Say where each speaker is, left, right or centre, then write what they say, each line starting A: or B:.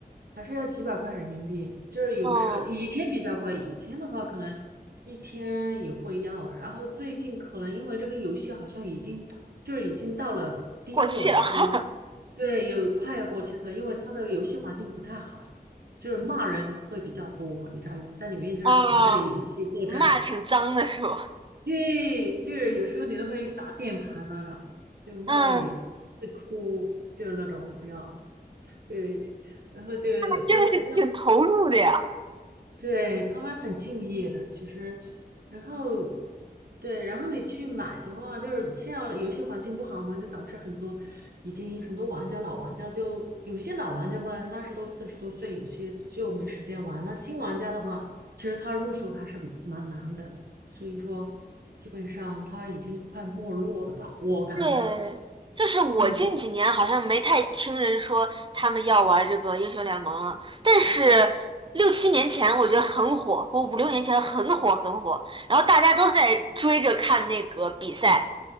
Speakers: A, on the right; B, on the right.
A: 还是要几百块人民币。就是有时以前比较贵，
B: 哦，
A: 以前的话可能一千也会要，然后最近可能因为这个游戏好像已经就是已经到了低落期，
B: 过气了。<laughs>
A: 对，有快要过期了，因为它的游戏环境不太好，就是骂人会比较多，你知道吗？在里面就是团队游戏作战。
B: 哦，骂挺脏的是不？
A: 对，就是有时候你都会砸键盘那种，就骂到你会哭，
B: 嗯，
A: 就是那种呀。对，然后就就好像，
B: 真的是挺投入的呀。
A: 对，他们很敬业的，其实，然后，对，然后你去买的话，就是现在游戏环境不好嘛，就导致很多已经很多玩家老玩家就有些老玩家嘛，三十多四十多岁，有些就没时间玩。那新玩家的话，其实他入手还是蛮难的，所以说基本上他已经快没落了吧，我感觉啊，
B: 对，就是我近几年好像没太听人说他们要玩这个英雄联盟了，
A: 嗯
B: 但是六七年前我觉得很火，我五六年前很火很火，然后大家都在追着看那个比赛，